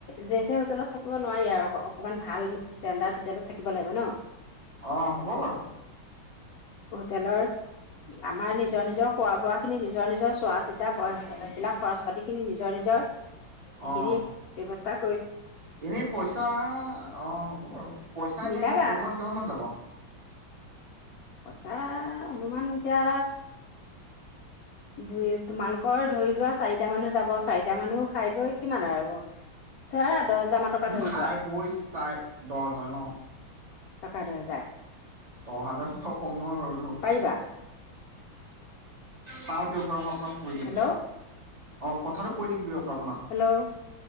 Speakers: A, on the left; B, on the right.
A: জেষে হোটেলত থাকে। থব নোৱাৰি আৰু অকনমান ভাল ষ্টেণ্ডাৰ্ড হোটেলত থাকিব লাগিব ন।
B: অঁ হ'ব বাৰু।
A: হোটেলৰ আমাৰ নিজৰ নিজৰ খোৱা বোৱা খিনি নিজৰ নিজৰ চোৱা চিতা সেইবিলাক খৰচ পাতি খিনি নিজৰ নিজৰ। সেইখিনি
B: অঁ
A: ব্যৱস্থাত।
B: এনেই পইচা অ হ'ব পইচা
A: মিলাবা
B: এনেই অনুমান কিমান মান যাব।
A: পইচা অনুমান এতিয়া দুই তোমালোকৰ ধৰি লোৱা চাৰিটা মানুহ যাব চাৰিটা মানুহ খাই বৈ কিমান আৰু ধৰা। দহ হাজাৰ মান টকা
B: মোৰ
A: ধৰি
B: খাই
A: লোৱা
B: বৈ চাই দহ হাজাৰ ন।
A: টকাৰ দহ হাজাৰ।
B: দহ হাজাৰোও কম। নৰ অডিও
A: পাৰিবা
B: চাওঁ দিও বা মই। কৈ দিম
A: হেল্ল'
B: অ কথাটো কৈ দিম দিয়ক। আপোনাক
A: হেল্ল'